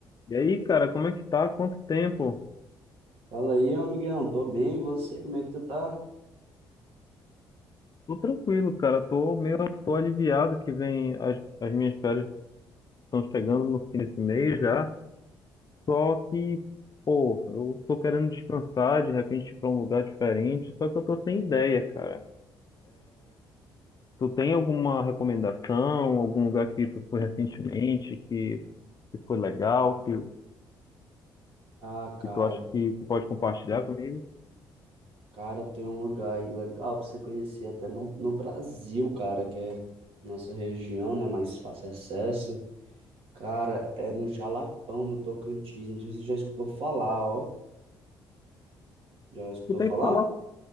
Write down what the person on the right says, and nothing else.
Fala aí, meu amigão, tô bem, e você, como é que tu tá?
Ah, cara,
cara, tem um lugar aí legal pra você conhecer, até no, no Brasil, cara, que é nossa região, né, mais fácil acesso. Cara, é no Jalapão, no Tocantins, não sei se você já escutou falar, ó. Já escutou
falar?